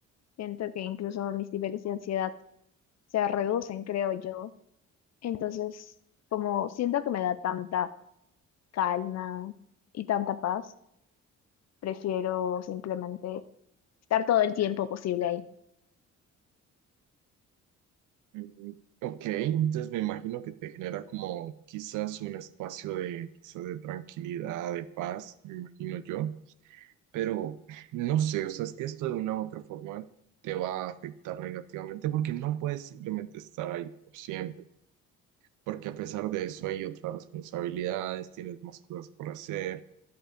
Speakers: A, on the left (about 60°); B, on the right (about 85°).
A: siento que incluso mis niveles de ansiedad se reducen, creo yo. Entonces, como siento que me da tanta calma y tanta paz, prefiero simplemente estar todo el tiempo posible ahí.
B: Mm, Ok, entonces me imagino que te genera como quizás un espacio de quizás de tranquilidad, de paz, me imagino yo, pero no sé, o sea, es que esto de una u otra forma te va a afectar negativamente porque no puedes simplemente estar ahí por siempre, porque a pesar de eso hay otras responsabilidades, tienes más cosas por hacer,